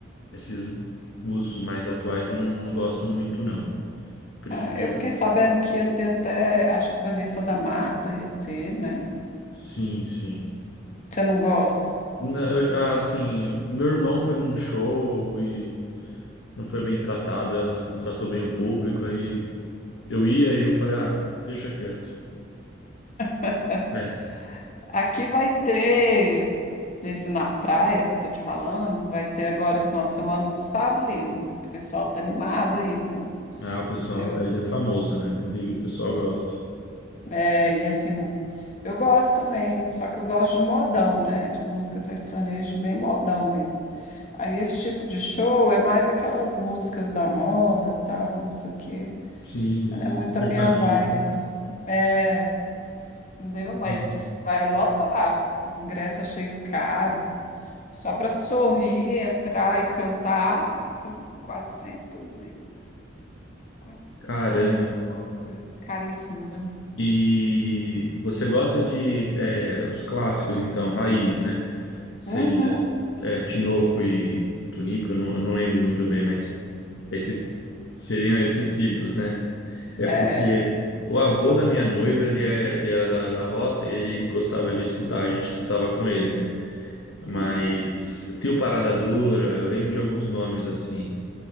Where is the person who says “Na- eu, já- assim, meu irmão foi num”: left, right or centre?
Left